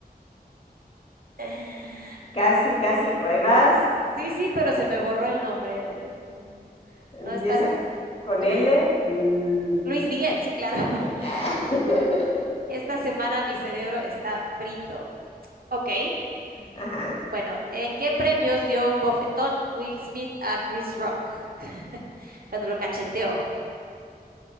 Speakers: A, on the right; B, on the left.
A: <laughs>
B: Casi, casi, por ahí vas.
A: Sí, sí, pero se me borró el nombre. Mm,
B: Empieza
A: No está,
B: con
A: es
B: L. L.
A: Luis Miguel, sí, claro.
B: <laughs>
A: <laughs> Esta semana mi cerebro está frito. Ok,
B: Ajá.
A: bueno, ¿en qué premios dio un bofetón Will Smith a Chris Rock <laughs> cuando lo cacheteó?